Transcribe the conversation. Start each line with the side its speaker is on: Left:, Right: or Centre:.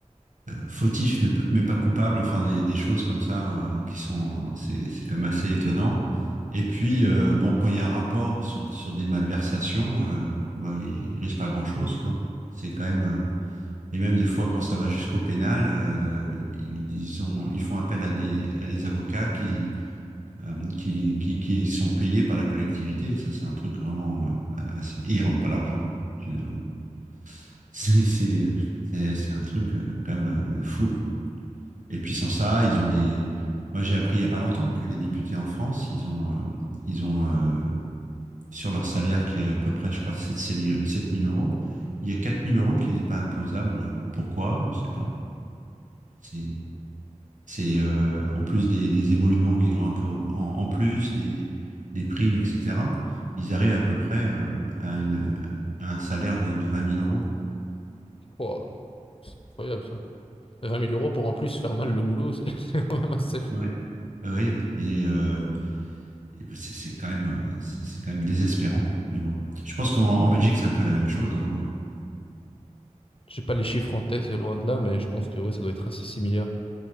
Right: fautifs mais, p- mais pas coupables. Enfin, des, des choses comme ça euh, qui sont, c'est c'est quand même assez étonnant. Et puis, euh, bon, quand il y a un rapport sur, sur des malversations, euh, bah, il risque pas grand-chose, quoi. C'est quand même euh, et même des fois quand ça va jusqu'au pénal, euh, ils, ils ont, ils font appel à des à des avocats qui euh, qui, qui, qui sont payés par la collectivité. Ça, c'est un truc vraiment euh, assez. Et ils ne rentrent pas l'argent, généralement. <laughs> C'est, c'est, c'est, c'est un truc euh, quand même euh, fou, quoi. Et puis sans ça, ils ont des. Moi, j'ai appris il y a pas longtemps que les députés en France, ils ont, euh, ils ont euh, sur leur salaire qui est à peu près, je crois, sept 000 sept mille euros, il y a quatre mille euros qui n'est pas imposable. Alors, Pourquoi? On ne sait pas. C'est c'est euh, en plus des, des émoluments qu'ils ont un peu au- en, en plus, des, des primes, etc. Ils arrivent à peu près euh, à, une, à un salaire de, de 20 000 euros.
Left: Ouah, c'est incroyable ça. Vingt mille euros pour en plus faire mal le boulot, c'est <laughs> c'est quand même assez fou.
Right: Ouais. Euh, oui, et, euh, et bah, c'est c'est quand même, euh, c'est c'est quand même désespérant. Mais bon, je pense qu'en en Belgique, c'est un peu la même chose. Hein. euh,
Left: J'ai pas les chiffres en tête, loin de là, mais je pense que ouais, ça doit être assez similaire.